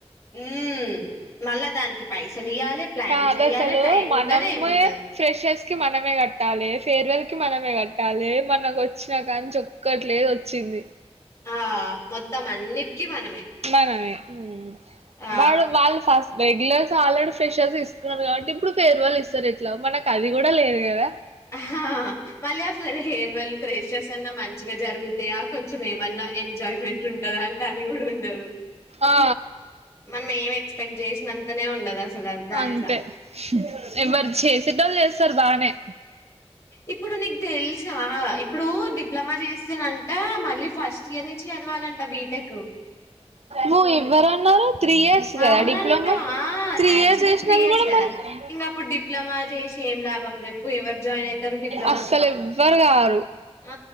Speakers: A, on the left; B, on the right.
A: మ్ మళ్ళా దానికి పైస లియ్యాలి ప్లాన్
B: కాదు
A: జెయ్యాలే
B: అసలు
A: టైం
B: మనమే
A: ఉండదు ఏముండదు
B: ఫ్రెషర్స్ కి మనమే కట్టాలే ఫేర్వెల్కి మనమే కట్టాలే మనకు వచ్చినా కానీ ఒక్కట్లేదోచ్చిం ది
A: ఆ మొత్తం అన్నీటికి మనమే
B: మనమే మ్
A: ఆ
B: వాళ్లు వాళ్లు ఫస్ రెగ్యులర్స్ ఆల్రెడీ ఫ్రెషర్స్ తీస్కున్నరు కాబట్టి ఇప్పుడు ఫేర్వెల్ ఇస్తారు ఇట్లాగో మనకు అది కూడా లేదు గదా
A: ఆహా హ హ మళ్ళీ అసల్ ఫేర్వెల్ ఫ్రెషసన్న మంచిగ జరుగుతయ కొంచెం ఏమన్నా ఎంజాయ్మెంట్ ఉంటందా అంటే అది కూడా ఉండదు
B: ఆ
A: మనమేం ఎక్స్పెక్ట్ చేసినం తనే ఉండదు అసలు దాంట్ల
B: అంతే ఎవరు చేసేటోళ్ళు చేస్తారు బానే
A: ఇప్పుడు నీకు తెలుసా ఇప్పుడు డిప్లొమా చేస్తనంటే మళ్లి ఫస్ట్ ఇయర్ నుంచి చదవ వాలంట బీటెకు
B: నువ్వు ఇవ్వరన్నరు త్రీ ఇయర్స్ గదా
A: అవునంట
B: డిప్లొమా
A: ఆ
B: త్రీ
A: యాక్టుల్
B: ఇయర్స్
A: గా
B: చేసినందుకు
A: త్రీ ఇయర్స్
B: కూడా
A: గదా
B: మళ్ళీ
A: ఇంక అప్పుడు డిప్లొమా చేసి ఏం లాభం చెప్పు ఎవరు జాయిన్ అయితరు డిప్
B: అస్సలు ఎవ్వరు గారు
A: ఆ